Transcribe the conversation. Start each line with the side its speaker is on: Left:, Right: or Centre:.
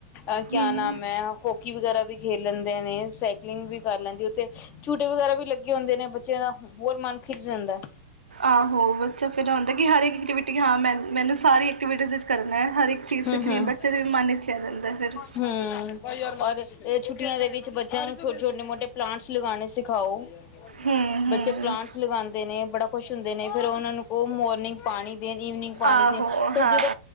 Left: ਆ ਕਿਆ
Right: ਹੂੰ।
Left: ਨਾਮ ਹੈ ਹੋਕੀ ਵਗੈਰਾ ਵੀ ਖੇਲ ਲੈਂਦੇ। ਨੇ ਸਾਈਕਲਿੰਗ ਵੀ। ਕਰ ਲੈਂਦੀ ਉੱਥੇ ਝੂਟੇ ਵਗੈਰਾ ਵੀ ਲੱਗੇ ਹੁੰਦੇ ਨੇ। ਬੱਚਿਆ ਦਾ ਹੋਰ ਮਨ ਖਿੱਜ ਜਾਂਦਾ।
Right: ਆਹੋ ਬੱਚਾ ਫਿਰ ਆੁੰਦਾ ਕਿ ਹਰ ਐਕਟੀ ਹਾਂ ਮੈਂ ਮੈਨੂੰ ਸਾਰੀ ਐਕਟੀਵਿਟੀ ਵਿੱਚ ਕਰਨਾ ਹੈ ਹਰ ਇੱਕ ਚੀਜ਼
Left: ਹਮ
Right: ਸਿੱਖਣੀ
Left: ਹਮ
Right: ਹੈ ਬੱਚੇ ਦੇ ਵੀ ਮਨ ਵਿਚ ਰੇਹ ਜਾਂਹਿੰਦਾ ਫਿਰ।
Left: ਹੂੰ ਔਰ ਇਹ ਛੁੱਟੀਆਂ ਦੇ ਵਿੱਚ ਬੱਚਿਆਂ ਨੂੰ ਛੋਟੇ-ਛੋਟੇ ਮੋਟੇ ਪਲਾਂਟਸ ਲਗਾਉਣੇ ਸਿਖਾਓ।
Right: ਹੂੰ ਹੂੰ
Left: ਬੱਚੇ ਪਲਾਂਟਸ ਲਗਾਉਂਦੇ ਨੇ ਬੜਾ ਖੁਸ਼ ਹੁੰਦੇ ਨੇ ਫੇਰ ਉਹਨਾਂ ਨੂੰ ਕੋ ਮੋਰਨਿੰਗ ਪਾਣੀ ਦੇਣ ਈਵਨਿੰਗ ਪਾਣੀ
Right: ਆਹੋ
Left: ਦੇਣ। ਫਿਰ
Right: ਹਾਂ
Left: ਜਦੋਂ